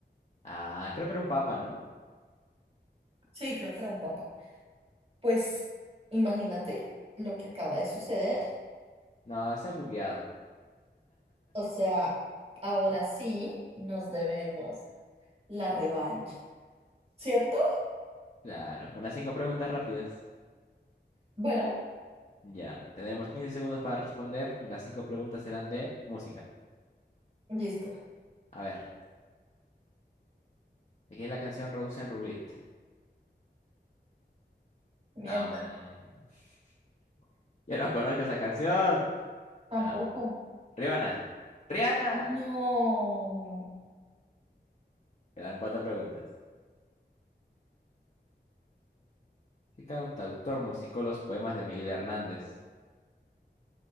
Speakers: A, on the left; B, on the right.
A: Ah, creo que era un papa, ¿no?
B: Sí, creo que era un papa. Pues imagínate lo que acaba de suceder.
A: No, se ha bugueado.
B: O sea, ahora sí nos debemos la revancha, ¿cierto?
A: Claro. Unas cinco preguntas rápidas.
B: Bueno,
A: Ya. Tendremos 15 segundos para responder y las cinco preguntas serán de música.
B: listo.
A: A ver. Aquí es la canción Rose and Roulette.
B: Mierda,
A: Am, <laughs> yo no conozco esa canción.
B: tampoco.
A: Am, Rihanna. ¡Rihanna!
B: No,
A: Quedan cuatro preguntas. ¿Qué cantautor musicó los poemas de Miguel Hernández?